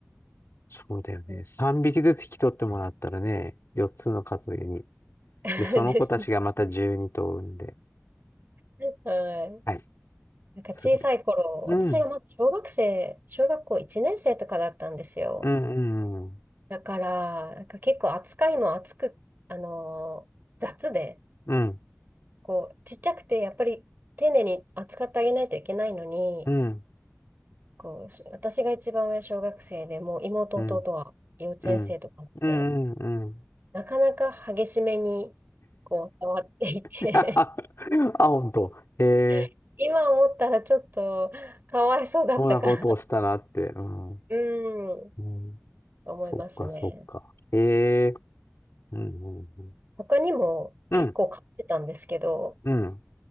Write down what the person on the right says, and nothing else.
うん
<laughs>
です。はい。
なんか小さい頃、
私がまだ小学生、小学校1年生とかだったんですよ。
だから、なんか結構扱いも厚く、あのー雑で、
こう、ちっちゃくて、やっぱり丁寧に扱ってあげないといけないのに、
こう、私が一番上小学生でもう妹弟は幼稚園生とかって、
なかなか激しめに、こう、触っていて
<laughs> 今思ったらちょっとかわいそうだったかな。
うん、
思いますね。
他にも結構買ってたんですけど、